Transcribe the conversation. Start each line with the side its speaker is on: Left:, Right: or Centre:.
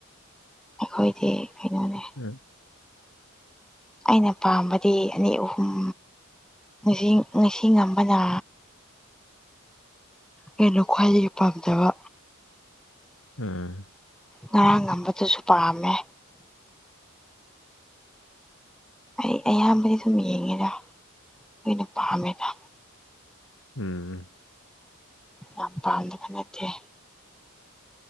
Centre: ꯑꯩꯈꯣꯏꯗꯤ ꯀꯩꯅꯣꯅꯦ
Left: ꯎꯝ
Centre: ꯑꯩꯅ ꯄꯥꯝꯕꯗꯤ ꯑꯅꯤ ꯑꯍꯨꯝ ꯉꯁꯤꯡ ꯉꯁꯤ ꯉꯝꯕꯅ ꯑꯩꯅ ꯈ꯭ꯋꯥꯏꯗꯒꯤ ꯄꯥꯝꯖꯕ
Left: ꯎꯝ
Centre: ꯉꯔꯥꯡ ꯉꯝꯕꯗꯨꯁꯨ ꯄꯥꯝꯃꯦ ꯑꯩ ꯑꯌꯥꯝꯕꯗꯤ ꯑꯗꯨꯝ ꯌꯦꯡꯉꯦꯗ ꯂꯣꯏꯅ ꯄꯥꯝꯃꯦꯗ
Left: ꯎꯝ ꯎꯝ
Centre: ꯌꯥꯝ ꯄꯥꯝꯗꯕ ꯅꯠꯇꯦ